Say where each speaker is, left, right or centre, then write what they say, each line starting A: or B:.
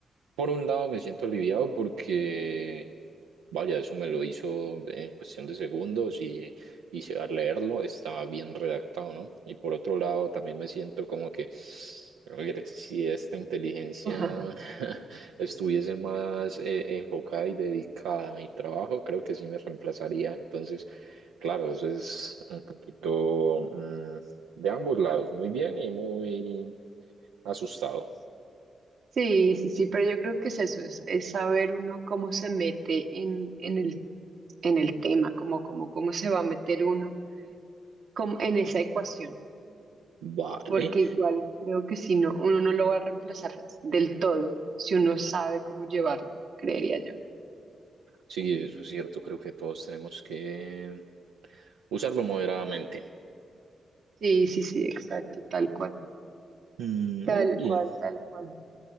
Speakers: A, on the right (about 85°); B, on the right (about 65°).
A: por un lado me siento aliviado porque, vaya, eso me lo hizo en cuestión de segundos y, y si- al leerlo estaba bien redactado, ¿no? Y por otro lado también me siento como que, a ver, si esta inteligencia
B: <laughs>
A: <laughs> estuviese más eh, enfocada y dedicada a mi trabajo, creo que sí me reemplazaría. Entonces, claro, eso es un poquito mm, de ambos lados, muy bien y muy asustado.
B: Sí, sí, sí, pero yo creo que es eso, es, es saber uno cómo se mete en, en el, en el tema, como cómo, cómo, cómo se va a meter uno como en esa ecuación,
A: Vale.
B: porque igual creo que si no, uno no lo va a reemplazar del todo, si uno sabe cómo llevarlo, creería yo.
A: Sí, eso es cierto, creo que todos tenemos que usarlo moderadamente.
B: Sí, sí, sí, exacto, tal cual.
A: Mm,
B: Tal
A: es bien,
B: cual, tal cual.